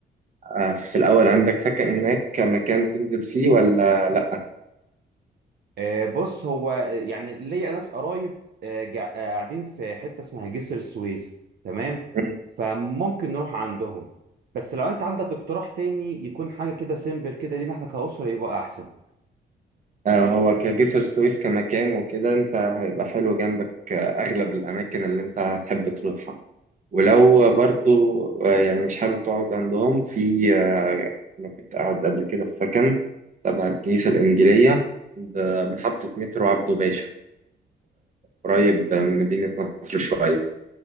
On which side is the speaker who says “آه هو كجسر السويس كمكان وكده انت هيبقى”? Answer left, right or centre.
Right